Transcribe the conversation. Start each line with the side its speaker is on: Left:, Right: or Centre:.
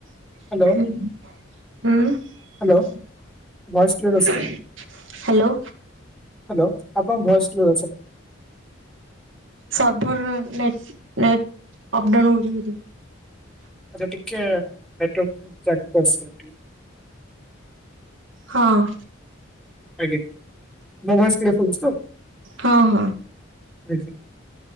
Right: ହାଲୋ
Centre: hello
Right: ହୁଁ।
Centre: Hello Voice clear ଆସୁନି
Right: hello.
Centre: Hello ଆପଣଙ୍କ ଭଏସ୍ କ୍ଲିୟର ଆସୁନି।
Right: ସର୍ଭର ନେଟ ନେଟ ଅପଡାଉନ୍ ହୋଉଚି ବୋଧେ।
Centre: ଆଚ୍ଛା ଟିକେ ନେଟୱାର୍କ ଜାଗାକୁ ଆସିଯାନ୍ତୁ ଟିକେ।
Right: ହଁ।
Centre: ଆଜ୍ଞା, ମୋ ଭଏସ୍ କ୍ଲିୟର ଶୁଭୁଛି ତ?
Right: ହଁ ହଁ।
Centre: ଆଜ୍ଞା